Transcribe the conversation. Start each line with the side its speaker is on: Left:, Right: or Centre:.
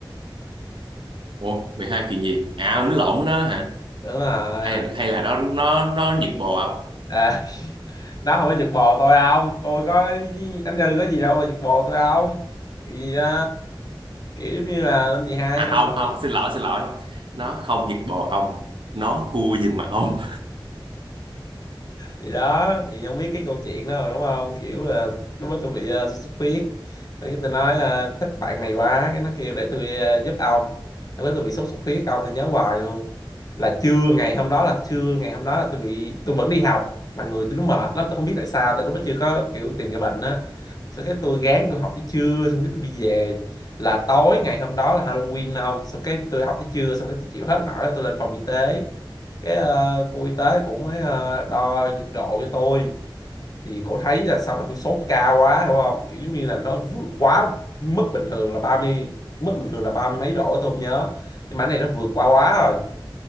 Right: Ồ 12 chuyện gì? À, ông lộn nó hả?
Left: đúng rồi
Right: hay là hay là nó nó nó giật bồ ông
Left: à, <laughs> nó không có giật bò tôi không tôi có anh Như có gì đâu mà giật bò tôi không thì ờ, kiểu giống như là lên 12
Right: à
Left: xong
Right: không
Left: rồi
Right: không xin lỗi xin lỗi nó không giật bồ ông nó cua giùm mà ông
Left: thì đó thì không biết cái câu chuyện đó rồi đúng không kiểu là lúc đó tôi bị ờ, sốt xuất huyết Thế cái tôi nói ờ, thích bạn này quá cái nó kêu để tôi ờ, giúp ông lúc đó tôi bị sốt xuất huyết ông tôi nhớ hoài luôn là trưa ngày hôm đó là trưa ngày hôm đó là tôi bị tôi vẫn đi học mà người tôi nó mệt lắm tôi không biết tại sao tại lúc đó chưa có kiểu tìm cái bệnh á xong cái tôi gán tôi học tới trưa xong cái tôi đi về là tối ngày hôm đó là Halloween ông xong cái tôi học tới trưa xong cái tôi chịu hết nổi là tôi lên phòng y tế cái ờ, cô y tế cũng mới ờ, đo nhiệt độ cho tôi thì cô thấy là sao mà tôi sốt cao quá hiểu không kiểu như là nó vượt quá mức bình thường là ba mươi mức bình thường là ba mươi mấy độ tôi không nhớ nhưng mà cái này nó vượt qua quá rồi